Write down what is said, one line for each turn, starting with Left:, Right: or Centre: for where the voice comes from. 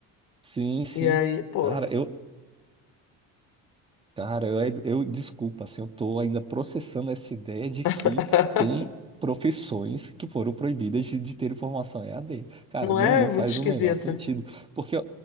Right: Sim, sim.
Left: E aí, pô,
Right: Cara, eu, Cara, eu, ai- eu desculpa, assim, eu tô ainda processando essa ideia de que
Left: <laughs>
Right: tem profissões que foram proibidas de, de ter formação EAD. Cara,
Left: não
Right: não,
Left: é
Right: não
Left: muito
Right: faz
Left: esquisito.
Right: o menor sentido. Porque,